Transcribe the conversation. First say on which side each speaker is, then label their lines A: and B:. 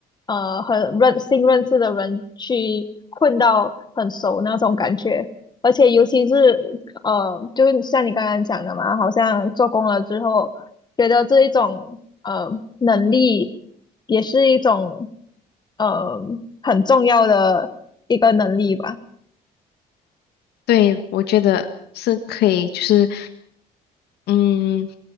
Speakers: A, on the left (about 25°); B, on the left (about 75°).
A: 呃很认新认识的人去混到很熟那种感觉，而且尤其是呃，就是像你刚刚讲的嘛，好像做工了之后，觉得这一种呃能力也是一种。呃很重要的一个能力吧。
B: 对，我觉得是可以，就是嗯，